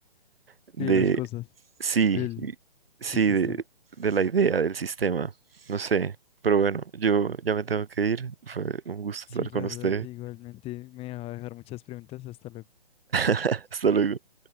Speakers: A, on the right; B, on the left.
A: de,
B: de las cosas,
A: sí,
B: del,
A: y- sí,
B: del sistema.
A: de, de la idea del sistema. No sé, pero bueno, yo ya me tengo que ir. Fue un gusto
B: Sí,
A: hablar
B: la
A: con
B: verdad,
A: usted.
B: igualmente me va a dejar muchas preguntas. Hasta luego.
A: <laughs> Hasta luego.